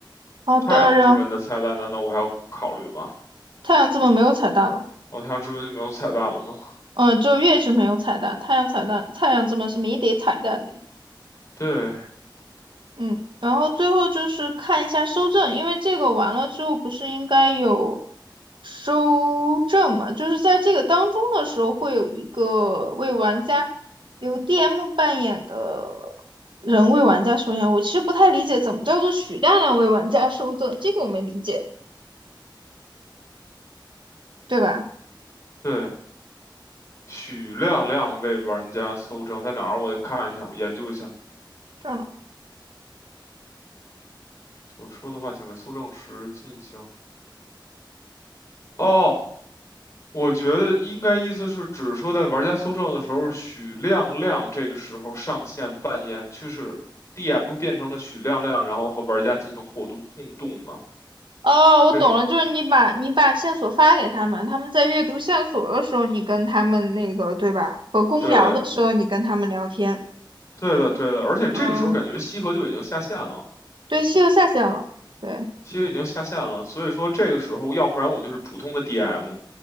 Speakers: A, on the right; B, on the left.
A: 好的。
B: 太阳之门的彩蛋，
A: 然后
B: 难道我还要考虑吗？
A: 太阳之门没有彩蛋了，
B: 哦，太阳之门就没有彩蛋了吗？
A: 嗯，就月之门有彩蛋，太阳彩蛋，太阳之门是没得彩蛋的。
B: 对
A: 嗯，然后最后就是看一下收证，因为这个完了之后不是应该有收证嘛？就是在这个当中的时候，会有一个为玩家由 DM 扮演的人为玩家收证。我其实不太理解怎么叫做许亮亮为玩家收证，这个我没理解，对吧？
B: 对，许亮亮为玩家搜证，在哪儿？我看一下，我研究一下。
A: 这儿呢？
B: 我说的话，请在搜证时进行。哦，我觉得应该意思是指说，在玩家搜证的时候，许亮亮这个时候上线扮演，就是 DM 变成了许亮亮，然后和玩家进行互动互动嘛。
A: 哦，我懂了，
B: 这是
A: 就是你把你把线索发给他们，他们在阅读线索的时候，你跟他们那个，对吧？和公聊的时候，
B: 对
A: 你跟他们聊天。
B: 对的对的，而且这个时候感觉西河就已经下线了，
A: 哦，对，西游下线了。对，
B: 西河已经下线了，所以说这个时候，要不然我就是普通的 DM，